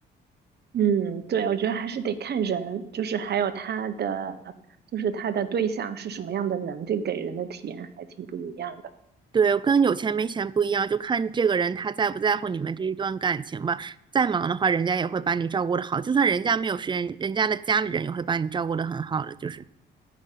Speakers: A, on the right (about 55°); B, on the right (about 25°).
A: 嗯，对，我觉得还是得看人，就是还有他的，就是他的对象是什么样的人，这给人的体验还挺不一样的。
B: 对，跟有钱没钱不一样，就看这个人他在不在乎你们这一段感情吧。再忙的话，人家也会把你照顾的好，就算人家没有时间，人家的家里人也会把你照顾的很好的。就是，